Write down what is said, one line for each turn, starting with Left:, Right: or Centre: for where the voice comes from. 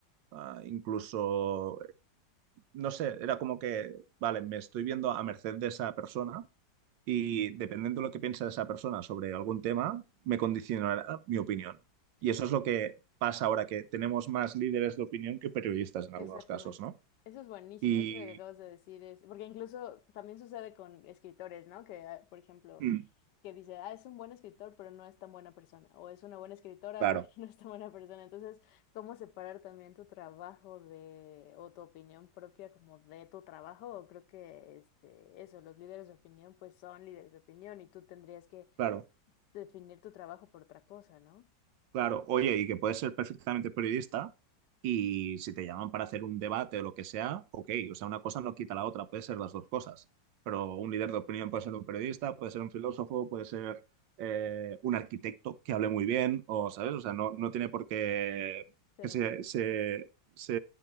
Right: ah, incluso no sé, era como que, vale, me estoy viendo a merced de esa persona y dependiendo de lo que piensa esa persona sobre algún tema, me condicionará mi opinión. Y
Left: Sí,
Right: eso es
Left: claro.
Right: lo que pasa ahora, que tenemos más líderes de opinión que periodistas en
Left: Exactamente.
Right: algunos casos, ¿no?
Left: Eso es buenísimo,
Right: Y
Left: eso que acabas de decir es, porque incluso también sucede con escritores, ¿no? Que, ah, por ejemplo,
Right: mm,
Left: que dice, ah, es un buen escritor, pero no es tan buena persona, o es una buena escritora,
Right: claro,
Left: pero <laughs> no es tan buena persona. Entonces, ¿cómo separar también tu trabajo de, o tu opinión propia como de tu trabajo? Creo que, este, eso, los líderes de opinión, pues son líderes de opinión y tú tendrías que
Right: claro.
Left: definir tu trabajo por otra cosa, ¿no?
Right: Claro, oye, y que puedes ser perfectamente periodista y si te llaman para hacer un debate o lo que sea, ok, o sea, una cosa no quita la otra, puede ser las dos cosas, pero un líder de opinión puede ser un periodista, puede ser un filósofo, puede ser eh, un arquitecto que hable muy bien, o, ¿sabes? O sea, no, no tiene por qué
Left: Ser
Right: que se,
Left: un periodista.
Right: se, se